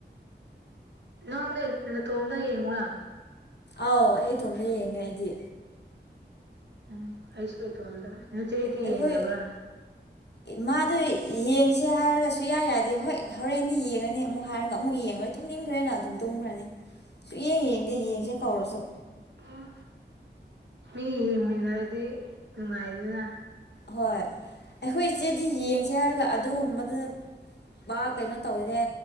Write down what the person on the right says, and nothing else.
ꯅꯪꯪꯂ ꯇꯣꯝꯗ ꯌꯦꯅꯤꯡꯪꯂꯥ
ꯎꯝ ꯑꯩꯁꯨ ꯏꯇꯣꯝꯗ ꯅ ꯆꯍꯤꯗꯤꯤ
ꯌꯦꯡꯗꯕ꯭ꯔꯥ
ꯑꯣ ꯃꯤ ꯌꯦꯡꯨꯟꯅꯔꯗꯤ ꯅꯨꯡꯉꯥꯏꯗꯨꯅ